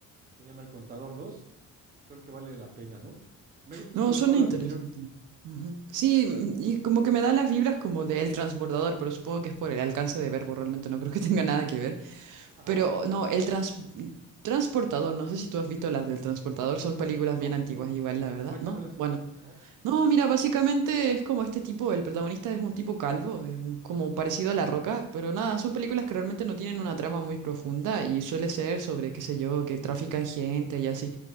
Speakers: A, on the right; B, on the right.
A: se llama El Contador dos Creo que vale la pena, ¿no? Me gustan
B: No,
A: sobre
B: suena
A: todo las
B: interesante.
A: de acción.
B: Ujú. Sí, mm, y como que me da las vibras como de El Transbordador, pero supongo que es por el alcance de verbo, realmente no creo que <laughs> tenga nada que ver.
A: Ajá,
B: Pero
A: ajá.
B: no, El Trans- Transportador, no sé si tú has visto las del Transportador, son películas
A: No,
B: bien antiguas
A: no,
B: igual, la verdad,
A: cuéntamelas.
B: ¿no? Bueno.
A: Ajá.
B: No, mira, básicamente es como este tipo, el protagonista es un tipo calvo, es un- como parecido a La Roca, pero nada, son películas que realmente no tienen una trama muy profunda y suele ser sobre, qué sé yo, que trafican gente y así.